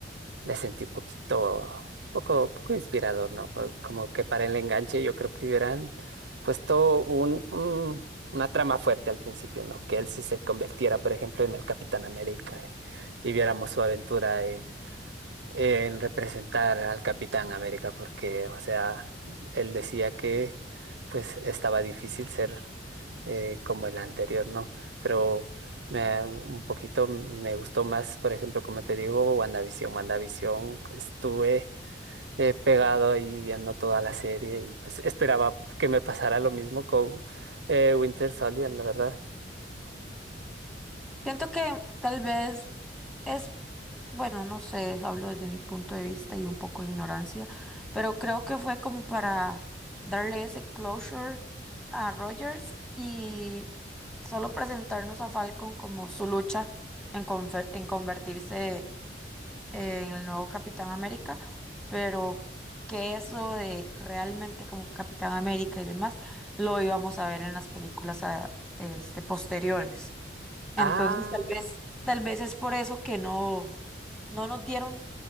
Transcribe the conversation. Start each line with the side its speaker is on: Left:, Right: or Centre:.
Right: le sentí un poquito, poco, poco inspirador, ¿no? Co- Como que para el enganche yo creo que hubieran puesto un, un- una trama fuerte al principio, ¿no? Que él sí se convirtiera, por ejemplo, en el Capitán América, eh, y viéramos su aventura, eh, en representar al Capitán América porque, o sea, él decía que pues estaba difícil ser eh, como el anterior, ¿no? Pero me, un poquito me gustó más, por ejemplo, como te digo, WandaVision. WandaVision estuve eh, pegado ahí viendo toda la serie y pues esperaba que me pasara lo mismo con eh, Winter Soldier, la verdad.
Centre: Siento que tal vez es, bueno, no sé, hablo desde mi punto de vista y un poco de ignorancia, pero creo que fue como para darle ese closure a Rogers y solo presentarnos a Falcon como su lucha en, conver- en convertirse en el nuevo Capitán América, pero que eso de realmente como Capitán América y demás lo íbamos a ver en las películas a- este, posteriores.
Right: Ah.
Centre: Entonces, tal vez, tal vez es por eso que no, no nos dieron